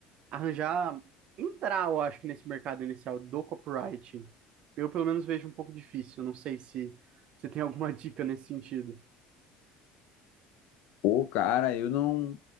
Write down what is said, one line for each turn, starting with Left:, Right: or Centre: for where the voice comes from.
Right: arranjar, entrar, eu acho que nesse mercado inicial do copywriting. Eu, pelo menos, vejo um pouco difícil. Não sei se você tem alguma dica nesse sentido.
Left: Pô, cara, eu não,